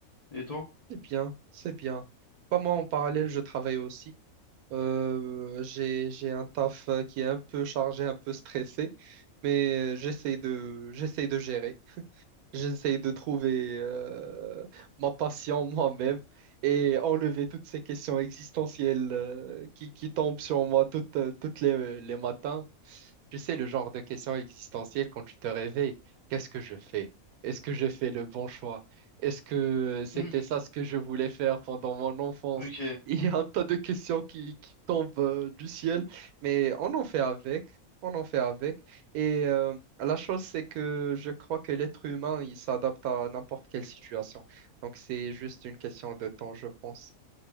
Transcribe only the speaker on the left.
Et toi?
Hmm,
Ok,